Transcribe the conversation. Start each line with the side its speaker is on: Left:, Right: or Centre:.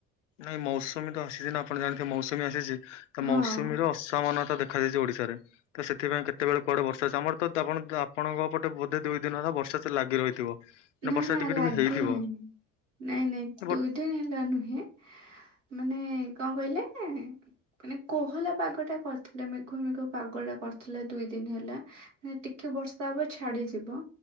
Left: ନାଇଁ ମୌସୁମୀ ତ ଆସିଛି ନା ଆପଣ ଜାଣିଥିବେ ମୌସୁମୀ ଆସିଛି ତ ମୌସୁମୀର
Right: ହଁ
Left: ଅସମାନତା ଦେ ଦେଖାଯାଇଛି ଓଡିଶାରେ ତ ସେଥିପାଇଁ କେତେବେଳେ କୁଆଡେ ବର୍ଷା ଅଛି ଆମର ତ ଆପଣ ଆପଣଙ୍କ ପଟେ ବୋଧେ ଦଇ ଦିନ ହେଲା ବ ର୍ଷା ତ ଲାଗି ରହିଥିବ।
Right: ନା
Left: ବର୍ଷା
Right: ନା
Left: ଟିକେ
Right: ଲାଗି
Left: ଟିକେ ହେଇଥିବ
Right: ନାହିଁ ନାଇଁ ନାଇଁ
Left: ବଟ୍
Right: ଦୁଇ ଦିନ ହେଲା ନୁହେଁ ମାନେ କଣ କହିଲେ ମାନେ କୋହଲା ପାଗ ଟା କରିଥିଲେ ମେଘୁ ମେଘୁ ପାଗ ଟା କରିଥିଲା ଦୁଇ ଦିନ ହେଲା ଟିକେ ବର୍ଷା ହୁଏ ଛାଡିଯିବ